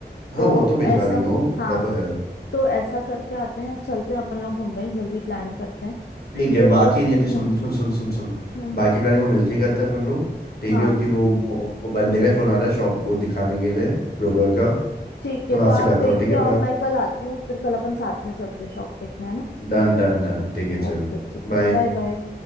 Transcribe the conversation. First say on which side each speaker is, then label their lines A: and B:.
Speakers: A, on the left; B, on the left.
A: हाँ
B: तो
A: वो तो भिजवा
B: ऐसा
A: देंगे वो इतना
B: हाँ
A: तो है
B: तो ऐसा करके आते हैं चलते हैं अपन लोग मुंबई जल्दी प्लान करते हैं
A: ठीक है
B: फिर
A: बाकी
B: उस
A: नहीं
B: हम्म
A: सुन सुन सुन सुन सुन
B: हम्म
A: बाकी प्लानिंग को मिलके करते हैं अपन लोग ठीक
B: हाँ
A: है क्योंकि वो वो वो बंदे का ही फ़ोन आ रहा है शॉप वो दिखाने के लिए ब्रोकर का
B: ठीक
A: तो
B: है
A: मैं आपसे
B: तो आप
A: करता
B: देख
A: हूँ ठीक
B: के
A: है
B: आओ
A: बात
B: मैं कल आती हूँ फिर कल अपन साथ में चलते हैं शॉप देखने है ना
A: डन डन डन ठीक है चलो
B: ओके ठीक
A: बाय
B: बाय बाय